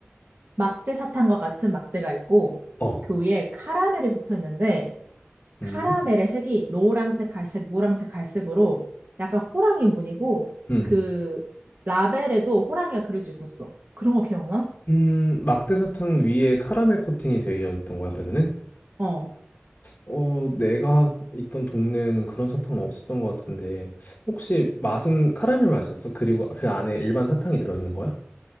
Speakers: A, on the right; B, on the left.
A: 막대 사탕과 같은 막대가 있고
B: 어.
A: 그 위에 카라멜이 붙어 있는데 카라멜의
B: 음,
A: 색이 노란색, 갈색, 노란색, 갈색으로 약간 호랑이 무늬고
B: 음.
A: 그 라벨에도 호랑이가 그려져 있었어. 그런 거 기억나?
B: 음, 막대 사탕 위에 카라멜 코팅이 되어 있던 거야, 그러면은?
A: 어.
B: 어, 내가 있던 동네에는 그런 사탕은 없었던 것 같은데, 혹시 맛은 카라멜 맛이었어? 그리고 그 안에 일반 사탕이 들어있는 거야?